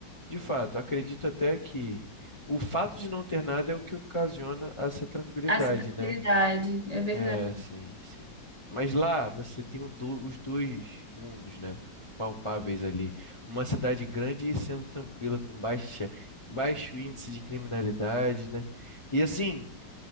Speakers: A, on the left (about 20°); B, on the right (about 25°).
A: de fato, acredito até que o fato de não ter nada é o que ocasiona essa tranquilidade,
B: Essa tranquilidade,
A: né?
B: é verdade.
A: É, sim, sim. Mas lá você tem o do- os dois mundos, né? Palpáveis ali. Uma cidade grande e sendo tranquila, com baixa, baixo índice de criminalidade, né? E assim,